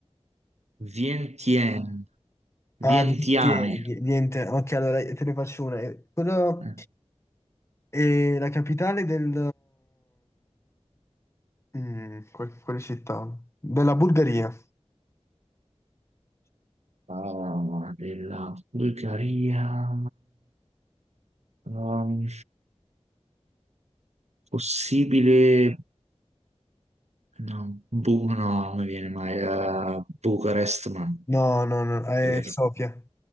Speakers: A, on the right; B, on the left.
A: Vientiane. Vientiane.
B: Ah, Vientiane, vi- niente. Ok, allora te ne faccio una. Eh, Quello
A: Eh.
B: è la capitale del... Mm, qual- quale città? Della Bulgaria.
A: Ah, della Bulgaria. Ehm, possibile. No, Bu- no, non mi viene mai. eh, Bucarest, ma non
B: No, no, no, è
A: è vero.
B: Sofia.